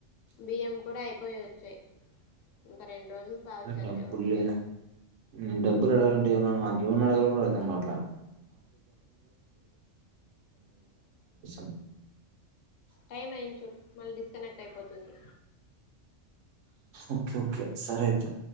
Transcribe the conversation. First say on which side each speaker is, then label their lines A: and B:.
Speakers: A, on the left (about 80°); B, on the right (about 80°).
A: బియ్యం కూడా అయిపోయి వచ్చాయి ఇంకా రెండు రోజులు కావచ్చు అత్తె
B: డబ్బులు
A: వస్తే
B: లే నేను డబ్బులు అడిగాలంటే నాకు ఎవన్ని అడగాలో అర్థం కావట్లే <unintelligible>
A: టైమ్ అయ్యింది. చూడు మళ్ళీ డిస్క్ కానెక్ట్ అయిపోతుంది.
B: ఓకే ఓకే సరే అయితే